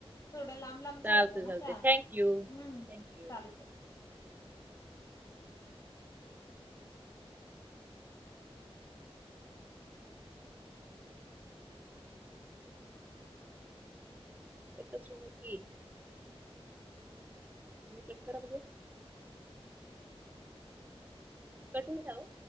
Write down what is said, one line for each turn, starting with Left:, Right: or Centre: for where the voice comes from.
Left: थोड लांब लांब
Right: चालते
Left: च्या होत्या ना
Right: चालते
Left: त्या.
Right: थँक्यू
Left: हम्म,
Right: थँक्यू
Left: चालतंय
Right: हितच <unintelligible> कट करा बघू. कट होईना ओ.